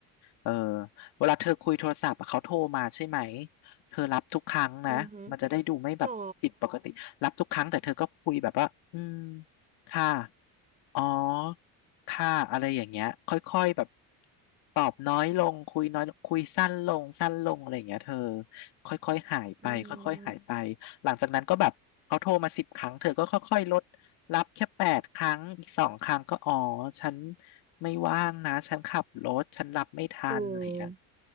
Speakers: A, on the left; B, on the right.
A: เออเวลาเธอคุยโทรศัพท์อะเขาโทรมาใช่ไหมเธอรับทุกครั้งนะมันจะได้ดูไม่แบบผิดปกติรับทุกครั้งแต่เธอก็คุยแบบว่าอืม
B: อือหือหรอ
A: ค่ะ อ๋อค่ะอะไรอย่างเงี้ยค่อยๆแบบตอบน้อยลงคุยน้อยลงคุยสั้นลงสั้นลงอะไรอย่างเงี้ยเธอค่อยๆหายไปค่อยๆหายไป
B: อืม
A: หลังจากนั้นก็แบบเขาโทรมาสิบครั้งเธอก็ค่อยๆลดรับแค่แปดครั้งอีกสองครั้งก็อ๋อฉันไม่ว่างนะฉันขับรถฉันรับไม่ทันอะไรอย่างเงี้ย
B: เออ